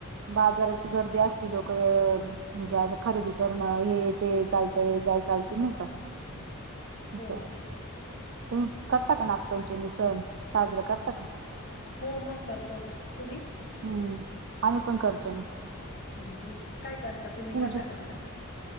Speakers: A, on the right; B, on the left.
A: बाजाराची गर्दी असती लोक म्हणजे आता खरेदी करणं हे ते चालतं, हे जाय चालते नाही का?
B: हो
A: अस. तुम्ही करता का नागपंचमी सण, साजरा करता का?
B: हो मग करतो ना, तुम्ही?
A: हम्म आम्ही पण करतो ना.
B: हम्म हम् काय करता तुम्ही
A: पूज
B: कसा करता.